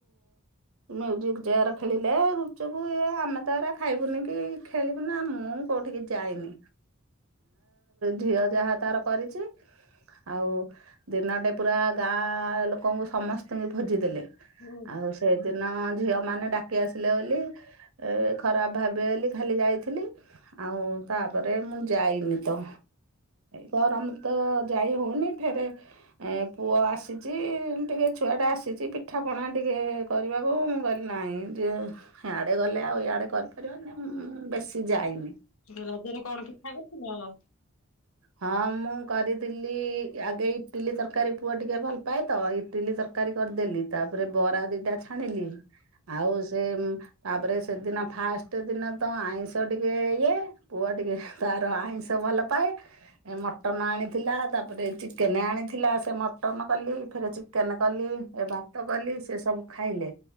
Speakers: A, on the right; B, on the left.
A: ମ୍ୟୁଜିକ୍ ଚେୟାର ଖେଳିଲେ, ଗୁପ୍ଚୁପ୍ ଇଏ ଆମେ ତ ଖାଇବୁନି କି ଖେଳିବୁନି। ମୁଁ କଉଠିକି ଯାଇନି, ଝିଅ ଯାହା ତା'ର କରିଚି। ଆଉ ଦିନ ଟେ ପୁରା ଗାଁ ଲୋକଙ୍କୁ, ସମସ୍ତି ଙ୍କି ଭୋଜି ଦେଲେ।
B: ହଁ
A: ଆଉ ସେଇଦିନ ଝିଅ ମାନେ ଡ଼ାକି ଆସିଲେ ବୋଲି। ଖରାପ୍ ଭାବିବେ ବେଲି ଖାଲି ଯାଇଥିଲି। ଆଉଁ ତା'ପରେ ମୁଁ ଯାଇନି ତ। ଗରମ୍ ତ ଯାଇ ହଉନି। ଫେରେ ପୁଅ ଆସିଚି, ଟିକେ ଛୁଆଟା ଆସିଚି ପିଠାପଣା ଟିକେ। କରିବାକୁ ମୁଁ କଇଲି ନାଇଁ। ଆଡ଼େ ଗଲେ ଆଉ ଇଆଡ଼େ କରି ପାର୍ବନି, ବେଶୀ ଯାଇନି।
B: ରଜରେ କ'ଣ ପିଠା କର୍ ଥିଲ?
A: ହଁ ମୁଁ କରି--ଲି, ଆଗେ ଇଟିଲି ତର୍କାରୀ ପୁଅ ଟିକେ ଭଲ୍ ପାଏ ତ। ଇଟିଲି ତର୍ ତର୍କାରୀ କର୍ ଦେଲି, ତା'ପରେ ବରା ଦିଟା ଛାଣିଲି। ଆଉ ତା'ପରେ ସେଦିନ ଫାଷ୍ଟେ ଦିନ ତ ଆଇଁଷ ଟିକେ ଇଏ। ପୁଅ ଟିକେ ତା'ର ଆଇଁଷ ଭଲ ପାଏ। ଏ ମଟନ ଆଣିଥିଲା, ତା'ପରେ ଚିକେନେ ଆଣିଥିଲା, ସେ ମଟନ କଲି। ଫେରେ ଚିକେନେ କଲି, ଭାତ କଲି, ସେ ସବୁ ଖାଇଲେ।